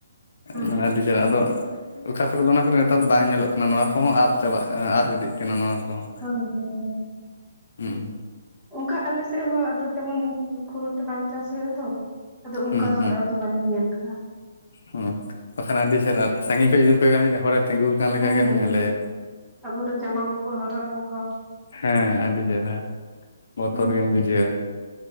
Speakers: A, in the centre; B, on the left.
A: ᱦᱮᱸ
B: ᱢᱟᱱᱮ
A: ᱦᱮᱸ
B: ᱟᱹᱰᱤ ᱪᱮᱦᱨᱟ ᱟᱫᱚ ᱚᱠᱟ ᱠᱚᱨᱮᱫ ᱫᱚ ᱚᱱᱟ ᱠᱚᱫᱚ ᱱᱮᱛᱟᱨ ᱫᱚ ᱵᱟᱝ ᱧᱮᱞᱚᱜ ᱠᱟᱱᱟ ᱱᱚᱣᱟ ᱠᱚᱦᱚᱸ ᱟᱫ ᱪᱟᱵᱟᱜ ᱟᱫ ᱤᱫᱤᱜ ᱠᱟᱱᱟ ᱱᱚᱣᱟ ᱠᱚᱦᱚᱸ᱾
A: ᱦᱳᱭ ᱦᱳᱭ ᱦᱳᱭ᱾
B: ᱦᱩᱸ᱾
A: ᱚᱱᱠᱟ ᱟᱞᱮ ᱥᱮᱫ ᱦᱚᱸ ᱟᱫᱚ ᱛᱮᱢᱚᱱ ᱠᱷᱩᱵ ᱮᱠᱴᱟ ᱵᱟᱝ ᱪᱟᱥ ᱦᱩᱭᱩᱜ ᱟᱛᱚ, ᱟᱫᱚ ᱚᱱᱠᱟ
B: ᱦᱩᱸ
A: ᱫᱚ
B: ᱦᱩᱸ
A: ᱟ ᱫᱚ ᱵᱟᱞᱤᱧ ᱧᱮᱞ ᱠᱟᱫᱟ᱾
B: ᱦᱩᱸ ᱵᱟᱠᱷᱟᱱ ᱟᱹᱰᱤ ᱪᱮᱦᱨᱟ, ᱥᱟᱺᱜᱤᱧ ᱠᱷᱚᱡ ᱡᱩᱫᱤᱢ ᱠᱚᱭᱚᱜ-ᱟ ᱢᱤᱫ ᱦᱚᱲᱮ ᱛᱤᱸᱜᱩ ᱟᱠᱟᱱ ᱞᱮᱠᱟ
A: ᱦᱮᱸ
B: ᱜᱮᱢ
A: ᱦᱮᱸ
B: ᱧᱮᱞᱮᱭᱟ᱾
A: ᱦᱮᱸ ᱟᱵᱚ ᱫᱚ ᱡᱟᱢᱟ ᱠᱚᱠᱚ ᱦᱚᱨᱚᱜ ᱟᱠᱚ
B: ᱦᱮᱸ ᱟᱹᱰᱤ ᱪᱮᱨᱦᱟ᱾ ᱵᱚᱛᱚᱨ
A: ᱦᱮᱸ
B: ᱜᱮᱢ ᱵᱩᱡᱷᱟᱹᱣᱟ᱾